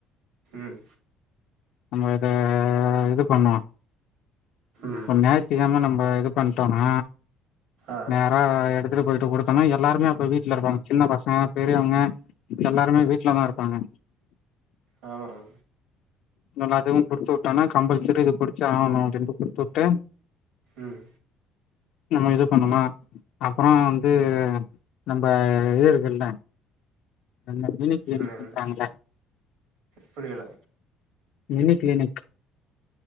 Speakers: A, on the right; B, on the left.
A: ம்
B: நம்ம இத இது பண்ணுவோ
A: ம்
B: ஒரு ஞாய்த்துக்கெழம நம்ப இது பண்ட்டோனா
A: ஆ
B: நேரா எடுத்துட்டு போய்ட்டு குடுத்தோனா எல்லாருமே அப்ப வீட்ல இருப்பாங்க சின்ன பசங்க பெரியவ்ங்க எல்லாருமே வீட்லதா இருப்பாங்க
A: ஆமாம்
B: எல்லாத்துக்கும் குடுத்து விட்டானா கம்பல்சரி இது குடிச்சு ஆகணு அப்டின்ட்டு குடுத்துட்டு
A: ம்
B: நம்ம இது பண்ணோமா அப்றம் வந்து நம்ப இது இருக்குள்ள அந்த மினி பேபிக்கு
A: ம்
B: கட்றாங்கள்ல
A: புரியல
B: மினி க்ளினிக்